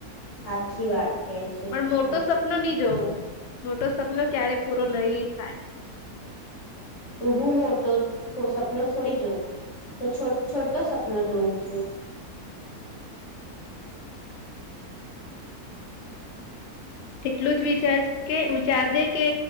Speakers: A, on the left (about 45°); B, on the left (about 75°).
A: સાચચી વાત કહે છે
B: પણ
A: તું
B: મોટો સપનો નહી, જોવો મોટો સપનો ક્યારે પૂરો નહી થાય.
A: તું હું મો તો સપનો થોડી જોઉ તો છોટો સપનો જોઉં છુ.
B: એટલું જ વિચાર કે વિચારજે કે